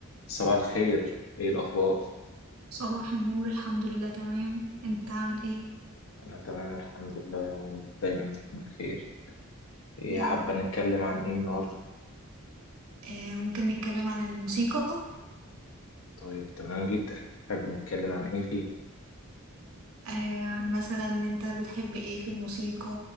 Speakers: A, on the left (about 65°); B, on the right (about 80°).
A: صباح الخير ايه الاخبار
B: صباح النور الحمد لله تمام انت عامل ايه
A: انا تمام الحمد لله يا رب دايما تكون بخير ايه
B: يا
A: حابه
B: رب
A: نتكلم عن ايه النهارده
B: آه ممكن نتكلم عن الموسيقى
A: طيب تمام جدا حابب نتكلم عن ايه فيه
B: آه عن مثلا انت بتحب ايه في الموسيقى